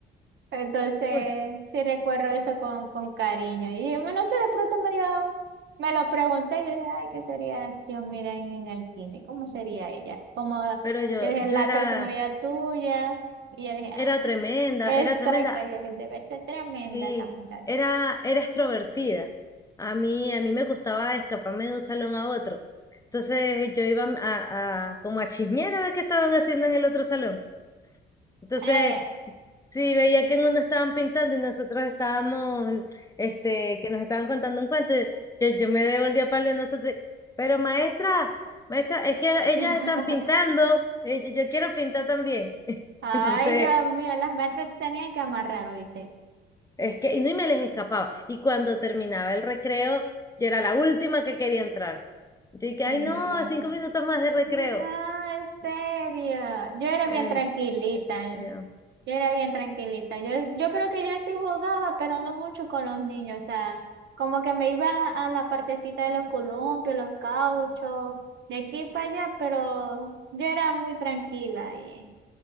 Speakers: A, on the right; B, on the left.
A: Entonces,
B: Uy,
A: sí recuerdo eso con, con cariño. Y dije, no sé, de pronto me dio- me lo pregunté y yo dije, ay, ¿qué sería Dios, mira, en, en el kinder? ¿Cómo sería ella? Como,
B: pero yo,
A: yo dije,
B: yo
A: la
B: era,
A: personalidad tuya. Y yo dije,
B: era
A: ah.
B: tremenda,
A: Exacto,
B: era tremenda.
A: yo dije, debe ser tremenda
B: Sí,
A: esa muchacha.
B: era, era extrovertida. A mí, a mí me gustaba escaparme de un salón a otro. Entonces yo iba a, a- como a chismear a ver qué estaban haciendo en el otro salón. Entonces,
A: Eh.
B: sí, veía que en uno estaban pintando y nosotros estábamos, este, que nos estaban contando un cuento. y Yo, yo me devolví a par de nosotros. Pero maestra, maestra, es que ellas
A: <laughs>
B: están pintando. eh, Yo, yo quiero pintar también. <laughs>
A: Ay,
B: Entonces,
A: Dios mío, las maestras te tenían que amarrar, ¿oíste?
B: es que, y no, y me les escapaba. Y cuando terminaba el recreo, yo era la última que quería entrar. Yo dije, ay
A: Eh,
B: no, cinco minutos más de recreo.
A: No, en serio. Yo era
B: En
A: bien tranquilita,
B: serio.
A: ¿eh? Yo era bien tranquilita. Yo, yo creo que yo sí jugaba, pero no mucho con los niños. O sea, como que me iba a la partecita de los columpios, los cauchos, de aquí para allá, pero yo era muy tranquila y